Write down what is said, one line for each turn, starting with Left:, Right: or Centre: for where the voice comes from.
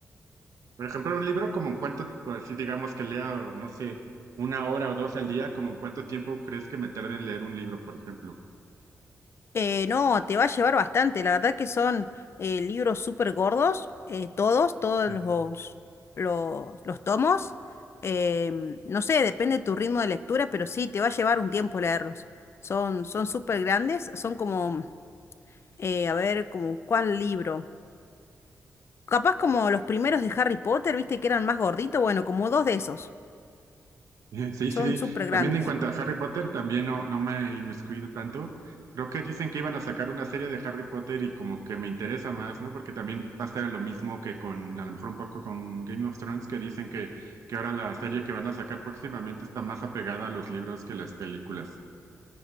Right: Por ejemplo, un libro como en cuánto, así digamos que lea, o no sé, una hora o dos al día, como en cuánto tiempo crees que me tarde en leer un libro, por ejemplo.
Left: Eh, no, te va a llevar bastante. La verdad que son eh, libros súper gordos, eh, todos, todos
Right: Sí,
Left: los,
Right: <laughs>
Left: los, los tomos. Em, no sé, depende de tu ritmo de lectura, pero sí, te va a llevar un tiempo leerlos. Son, son súper grandes, son como, eh, a ver, como cuál libro. Capaz como los primeros de Harry Potter, viste que eran más gorditos, bueno, como dos de esos.
Right: sí, sí.
Left: Son
Right: sí.
Left: súper grandes.
Right: También en cuanto a Harry Potter, también no, no me he inmiscuido tanto. Creo que dicen que iban a sacar una serie de Harry Potter y como que me interesa más, ¿no? Porque también pasa lo mismo que con, a lo mejor un poco con Game of Thrones, que dicen que, que ahora la serie que van a sacar próximamente está más apegada a los libros que las películas.